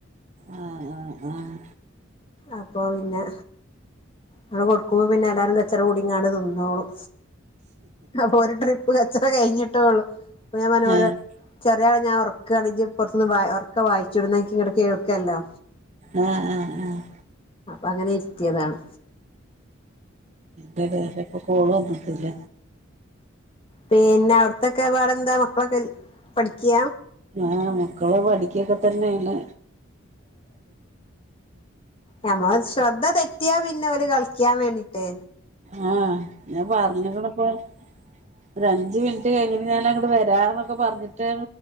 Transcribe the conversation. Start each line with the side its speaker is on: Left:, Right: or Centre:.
Right: ആഹ് ആഹ് ആഹ്
Left: അപ്പോ പിന്നെ നമ്മൾ കൊടുക്കുമ്പോൾ പിന്നെ എല്ലാവാരും കച്ചട കുടി അങ്ങോണ്ട് തിന്നോളും. അപ്പൊ ഒരു ട്രിപ്പ് കച്ചട കഴിഞ്ഞിട്ടേള്ളു. അപ്പൊ ഞാൻ മനോരോ
Right: ആഹ്
Left: ചെറിയാളെഞാൻ ഉറക്കുകയാങ്കിൽ പുറുന്ന് ഒറക്കെ വായിച്ചുടുന്ന എനിക്ക് ഇങ്ങട് കേൾക്കല്ലോ?
Right: ആഹ് ആഹ് ആഹ്
Left: അങ്ങനെ ഇരിത്തിയതാണ്.
Right: ചേട്ടായിടെഇപ്പം കോളു വന്നിട്ടില്ല
Left: പിന്നെ അവിടത്തൊക്കെ വേറെ എന്താ മക്കളൊക്കെ പഠിക്ക?
Right: ആ മക്കള് പഠിക്കുകക്കെ തന്നെയാണ്.
Left: ഞമ്മള് ശ്രദ്ധ തെറ്റിയാ പിന്നെ ഓര് കളിക്കാൻ വേണ്ടീട്ട്
Right: ആ ഞാൻ പറഞ്ഞിക്കണ് ഇപ്പം. ഒ അഞ്ച് മിനിറ്റ് കഴിഞ് ഞാൻ അങ്ങട്ട് വരാന്നൊക്കെ പറഞ്ഞിട്ട്